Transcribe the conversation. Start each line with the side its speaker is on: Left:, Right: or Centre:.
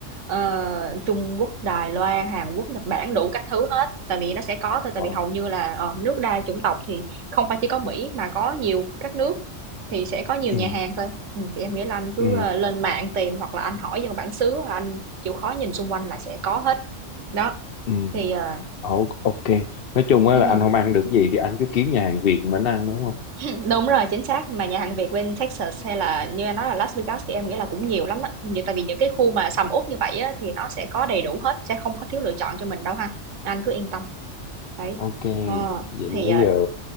Right: ờ, Trung Quốc, Đài Loan, Hàn Quốc, Nhật Bản, đủ các thứ hết, tại vì nó sẽ có thôi, tại
Left: ờ
Right: vì hầu như là, ờ, nước đa chủng tộc thì không phải chỉ có Mỹ mà có nhiều các nước thì sẽ có nhiều
Left: ừ
Right: nhà hàng thôi. Ừm, thì em nghĩ là anh cứ,
Left: ừ
Right: ơ, lên mạng tìm hoặc là anh hỏi dân bản xứ hoặc là anh chịu khó nhìn xung quanh là sẽ có hết. Đó,
Left: ừ
Right: thì, ờ
Left: Ồ, ok nói chung á
Right: ừm.
Left: là anh không ăn được gì thì anh cứ kiếm nhà hàng Việt mà anh ăn đúng
Right: <clears throat> Đúng rồi, chính xác, mà nhà hàng Việt bên Texas hay là như anh nói là Las Vegas thì em nghĩ là cũng nhiều lắm á. Như tại vì những cái khu mà sầm uất như vậy á thì nó sẽ có đầy đủ hết, sẽ không có thiếu lựa chọn cho mình đâu ha. Anh cứ yên tâm. Đấy.
Left: Ok,
Right: Ờ
Left: vậy nãy
Right: thì
Left: giờ
Right: uh,